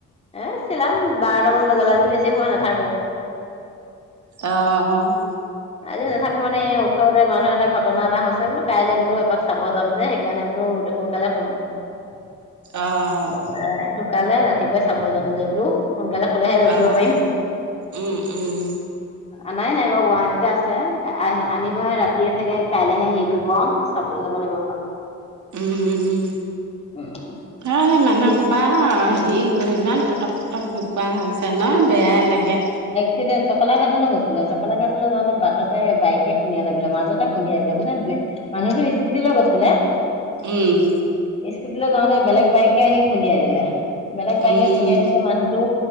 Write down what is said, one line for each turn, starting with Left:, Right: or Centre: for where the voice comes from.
Left: এ চিলাম বাৰটামান বজালে, আজি বেছি সময় নাথাকো।
Right: অ' অ'।
Left: আজি নাথাকো মানে ইয়াৰ ওচৰত এ মানুহ এটা ঘটনা এটা হৈছে বোলো কাইলৈ বোলো এপাক চাব যাম যে সেইকাৰণে বোলো সোনকালে শুম। <inaudible>
Right: অ',
Left: ঢুকালে ৰাতিপুৱাই চাব যাম যে বোলো। সোনকালে শুলেহে উঠিব
Right: অ',
Left: পাৰিম।
Right: উম, উম।
Left: আনাই নাই বাৰু গুৱাহাটীতে আছে, আ-আ আনিবহে ৰাতিয়ে চাগে। কাইলেহে হেৰি কৰিব আৰু চাবলৈ যাব লাগিব এপাক।
Right: উম, উম। <inaudible> হেৰি ইমান ইমান পটক পটক <inaudible> হৈছে ন', বেয়াই লাগে।
Left: সিদিন চকলা ঘাটলৈ গৈছিলে, চকলা ঘাটলৈ যাওঁতে বাটতে বাইকে খুন্দিয়ালে বোলে মাজতে খুন্দিয়াই দিলে, বুজিছা নে মানুহটো স্কুটিলৈ গৈছিলে।
Right: উম।
Left: স্কুটিলৈ যাওঁতে বেলেগ বাইকে আহি খুন্দিয়াই দিলে। বেলেগ বাইকে
Right: উম
Left: খুন্দিয়াই থৈছে মানুহতো,